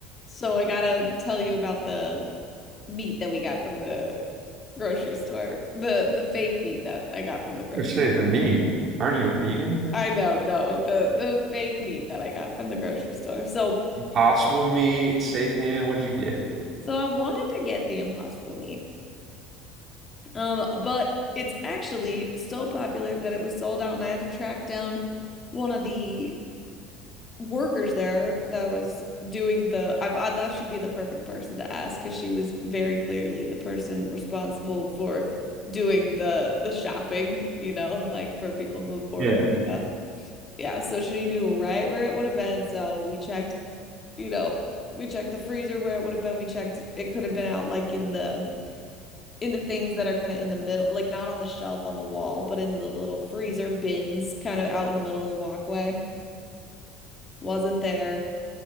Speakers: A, on the left; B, on the right.
A: So I gotta tell you about the meat that we got from the grocery store. The the fake meat that I got from the grocery.
B: You say the meat. Aren't you a vegan?
A: I don't know, no, the the fake meat that I got from the grocery store. So
B: Impossible meat, seitan, what did you get?
A: so I wanted to get the impossible meat. Um, but it's actually so popular that it was sold out and I had to track down one of the workers there that was doing the I, I thought she'd be the perfect person to ask because she was very clearly the person responsible for doing the the shopping, you know, like for people who've ordered
B: Yeah.
A: pickup. Yeah, so she knew right where it would have been. So we checked, you know, we checked the freezer where it would have been. We checked it could have been out like in the in the things that are kind of in the middle, like not on the shelf on the wall, but in the little freezer bins kind of out in the middle of the walkway. Wasn't there.